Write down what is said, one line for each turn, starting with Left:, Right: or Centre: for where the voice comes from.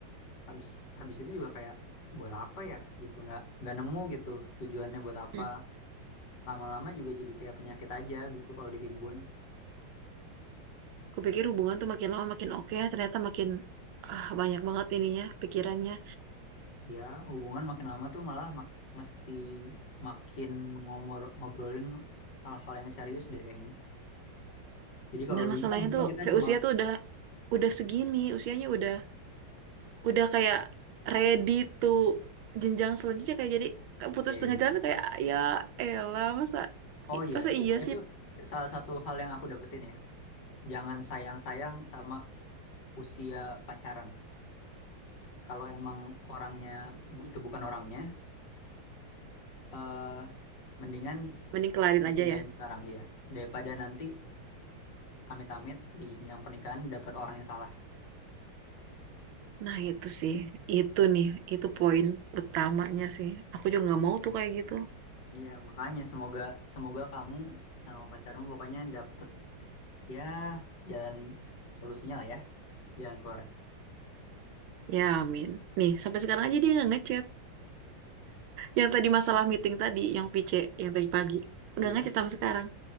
Left: Habis habis itu juga kayak buat apa ya gitu. Nggak nggak nemu gitu tujuannya buat apa.
Right: Hmm.
Left: Lama-lama juga jadi kayak penyakit aja gitu kalau ditimbun.
Right: Kupikir hubungan tuh makin lama makin oke ya, ternyata makin ah, banyak banget ininya pikirannya.
Left: Ya hubungan makin lama tuh malah mak- mesti makin ngomor ngobrolin hal-hal yang serius deh kayaknya. Jadi kalau
Right: Dan
Left: dulu
Right: masalahnya
Left: kan mungkin
Right: tuh
Left: kita
Right: kayak
Left: cuma
Right: usia tuh udah udah segini, usianya udah udah kayak ready to jenjang selanjutnya kayak jadi kayak putus
Left: ya ya.
Right: tengah jalan tuh kayak ya elah masa
Left: Oh
Right: i-
Left: iya,
Right: masa
Left: itu,
Right: iya
Left: itu
Right: sih
Left: salah satu hal yang aku dapetin ya. Jangan sayang-sayang sama usia pacaran. Kalau emang orangnya bu- itu bukan orangnya, eh mendingan
Right: mending kelarin aja
Left: sudahin
Right: ya
Left: sekarang iya. Daripada nanti amit-amit di jenjang pernikahan dapat orang yang salah.
Right: nah itu sih itu nih itu poin utamanya sih aku juga nggak mau tuh kayak gitu
Left: Iya, makanya semoga semoga kamu sama pacarmu pokoknya dapet ya jalan solusinya lah ya, jalan keluar.
Right: ya amin nih sampai sekarang aja dia nggak ngechat yang tadi masalah meeting tadi yang VC yang tadi pagi nggak
Left: Iya,
Right: ngechat sampai sekarang